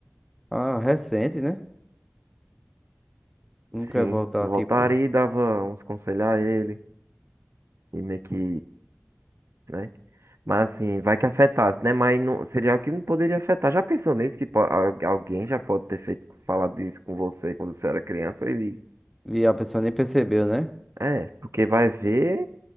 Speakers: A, in the centre; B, on the right.
A: Ah, recente, né? Não
B: Sim,
A: quer voltar,
B: voltaria
A: tipo.
B: e dava uns conselhos a ele. E meio que né? Mas assim, vai que afetasse, né? Mas não, seria algo que não poderia afetar. Já pensou nisso que po- al- alguém já pode ter feito falado isso com você quando você era criança? Ele
A: E a pessoa nem percebeu, né?
B: é, porque vai ver,